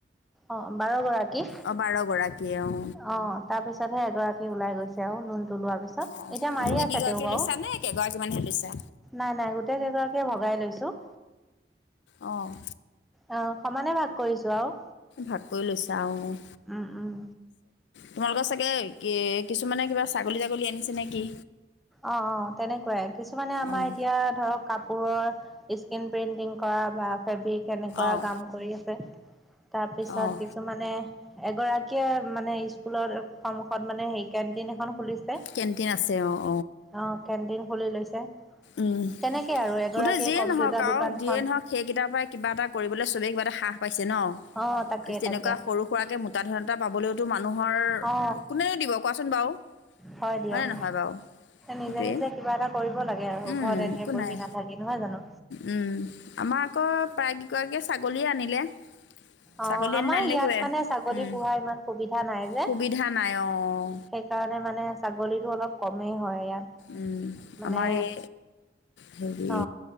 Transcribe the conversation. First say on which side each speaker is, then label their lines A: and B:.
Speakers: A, in the centre; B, on the left.
A: অ' বাৰ গৰাকী?
B: অঁ বাৰগৰাকীয়ে অঁ
A: অঁ তাৰ পিছতহে এগৰাকী ওলাই গৈছে। আৰু লোনটো লোৱাৰ পিছত। <unintelligible>
B: অঁ
A: এতিয়া মাৰি
B: গোটেই
A: আছে
B: কেইগৰাকীয়ে
A: তেও বাৰু।
B: লৈছা নে কেইগৰাকীমানহে লৈছা
A: নাই নাই, গোটেই কেইগৰাকীয়ে ভগাই লৈছো।
B: অঁ
A: অ সমানে ভাগ কৰিছোঁ আৰু
B: ভাগ কৰি লৈছা আহ
A: উম উম
B: তোমালোকৰ চাগে কি কিছুমানে কিবা ছাগলী ছাগলী আনিছে নেকি
A: অঁ অঁ তেনেকুৱাই কিছুমানে আমাৰ
B: অঁ
A: এতিয়া ধৰক কাপোৰৰ ই প্ৰিন্টিং কৰা বা ফেব্ৰিক এনেকুৱা
B: অঁ
A: কাম কৰি আছে তাৰপিছত
B: অঁ
A: কিছুমানে এগৰাকীয়ে মানে স্কুলৰ সন্মুখত মানে সেই কেন্টিন এখন খুলিছে
B: কেন্টিন আছে অঁ
A: অঁ কেন্টিন খুলি লৈছে
B: উম
A: তেনেকে আৰু এগৰাকীয়ে
B: গোটেই যিয়ে
A: কম্পিউটাৰ
B: নহওঁক আৰু
A: দোকান এখন
B: দিয়ে নহওঁক সেইকেইটাৰ পৰাই কিবা এটা কৰিবলৈ চবেই কিবা এটা হাহ পাইছে ন
A: অ তাকে
B: আজি তেনেকুৱা
A: তাকে
B: সৰু সুৰাকে মোটাধনএটা পাবলৈওতো মানুহৰ
A: অ
B: কোনেনো দিব কোৱাচোন বাৰু
A: হয় দিয়ক
B: হয়নে নহয় বাৰু
A: নিজে
B: সেইটোৱে
A: নিজে কিবা এটা কৰিব লাগে আৰু
B: উম
A: ঘৰত এনে
B: একো
A: বহি
B: নাই
A: নাথাকি নহয় জানো
B: উম আমাৰ আকৌ প্ৰায় গৰাকী ছাগলীয়ে আনিলে
A: অঁ
B: ছাগলী আনিলে
A: আমাৰ
B: আনিলে
A: ইয়াত
B: কিবা
A: মানে ছাগলী
B: উম,
A: পোহাৰ ইমান সুবিধা নাই যে
B: সুবিধা নাই অঁ
A: সেইকাৰণে মানে ছাগলী টো অলপ কমেই হয় ইয়াত
B: উম
A: মানে
B: আমাৰ এই হেৰি
A: অ